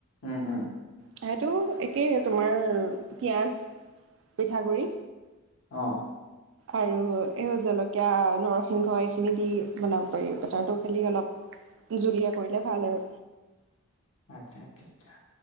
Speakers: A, on the left; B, on the right.
A: ওম, ওম,
B: তটো একেই তোমাৰ পিঁয়াজ পিঠাগুড়ি
A: অ,
B: আৰু এই জলকীয়া নৰসিংহ এইখিনি দি বনাব পাৰি বেটাৰটো খেলি অলপ জুলীয়া কৰিলে ভাল আৰু।
A: আচ্ছা আচ্ছা আচ্ছা